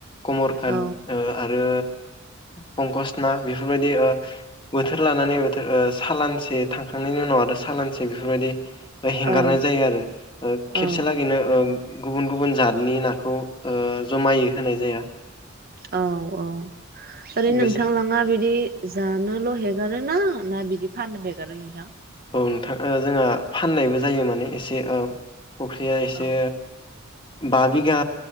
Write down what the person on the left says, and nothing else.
खान
ओ आरो पंकस ना बेफोरबायदि ओ बोथोर लानानै बोथोर ओ सालानसे थां खांनायनि उनाव आरो सालानसे बेफोरबायदि हेंगारनाय
जायो आरो ओ
खेबसे लागैनो ओ गुबुन गुबन जाद। नि नाखौ ओ जमायै होनाय जाया।
बेसा
औ नोंथां ओ जोंहा फाननायबो जायो माने एसे ओ फुख्रिया एसे
बा बिघा